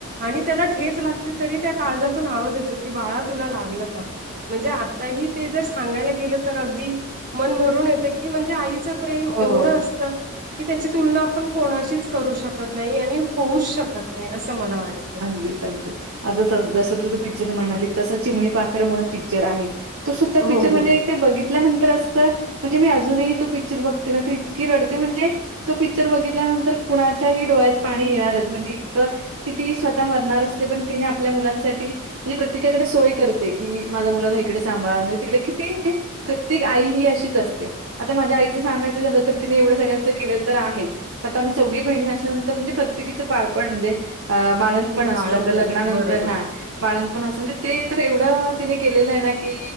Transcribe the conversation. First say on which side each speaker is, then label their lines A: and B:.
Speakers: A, on the right; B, on the right.
A: आणि त्याला ठेच लागते तरी त्या, काळजातून आवाज येतो की बाळा तुला लागलं का. म्हणजे आताही ते जर सांगायला गेलं, तर अगदी मन भरून येतं की म्हणजे. आईचं प्रेम
B: हो,
A: एवढं असतं की त्याची तुलना आपण कोणाशीच करू शक कत नाही आणि होऊच शकत नाही. असं मला वाटतं.
B: डिचाक देते. आता जसं तूझं पिक्चर म्हणाली, तसं चिमणी पाखरू म्हणून पिक्चर आहे. तो सुद्धा
A: हो,
B: पिक्चर म्हणजे
A: हो.
B: ते बघितल्यानंतर असं म्हणजे मी, अजूनही तो पिचर बघते ना तर इतकी रडते म्हणजे. तो पिचर बघितल्यानंतर कुणाच्याही डोळ्यात पाणी येणारच म्हणजे इतकं. किती ही स्वतः मरणार असते पण तिने आपल्या मुलांसाठी म्हणजे प्रत्येकाकडे सोय कर तेकी माझ्या मुलाला इकडे सांभाळा म्हणजे तिकडे किती. प्रत्येक आई ही अशीच असते. आता माझ्या आईचं सांगायचं झालं तर तिने एवढं सगळ्यांचं केलेलं तर आहेच. आता आम्ही चौघी बहिणी असल्यानंतर म्हणजे प्रत्येकीचं बाळपण म्हणजे. अ बाळंतपण असतं
A: बाळंतीण
B: आपल्या लग्नानंतर
A: बरोबर.
B: हां बाळतपण असं म्हणजे ते तर एवढं तिने केलेलं आहे ना की